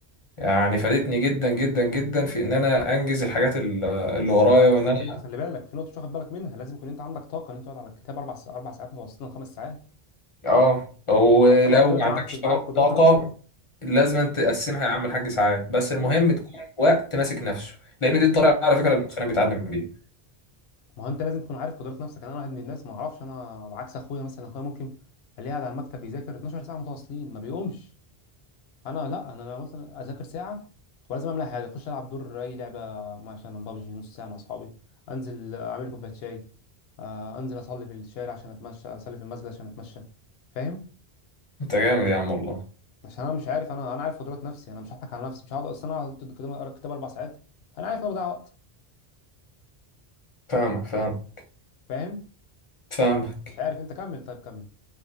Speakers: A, on the left (about 40°); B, on the left (about 80°).
A: يعني فادتني جدا جدا جدا في ان انا انجز الحاجات ال- اللي
B: بس
A: ورايا
B: بس
A: وان انا
B: انت خلي بالك في نقطه مش واخد بالك منها لازم يكون انت عندك طاقه ان انت تقعد على الكتاب اربع ساعات اربع ساعات متواصلين خمس ساعات
A: اه ولو
B: انت برضه لازم
A: ما عندكش
B: عارف تبقى
A: طاقه
B: عارف قدرات
A: طاقة،
B: نفسك
A: لازم تقسمها يا عم الحاج ساعات بس المهم
B: مم.
A: تكون وقت ماسك نفسه لان دي الطريقه
B: مم.
A: على فكره اللي المخنا بيتعلم بيها
B: ما هو انت لازم تكون عارف قدرات نفسك انا واحد من الناس ما اعرفش انا عكس اخويا مثلا اخويا ممكن الاقيه قاعد على المكتب بيذاكر 12 ساعه متواصلين ما بيقومش انا لا انا أنا مثلا اذاكر ساعه ولازم اعمل حاجه اخش العب دور اي لعبه مثلا ببجي نص ساعه مع اصحابي انزل اعمل كوبايه شاي آه، انزل اصلي في الشارع عشان اتمشى اصلي في المسجد عشان اتمشى فاهم
A: انت جامد يا عم والله
B: عشان انا مش عارف انا انا عارف قدرات نفسي انا مش هضحك على نفسي مش هقعد اصل انا هقعد كده اقرا كتاب اربع ساعات انا عارف ان أنا بضيع وقت
A: فاهمك فاهمك
B: فاهم
A: فاهمك
B: فمش عارف انت كمل طيب كمل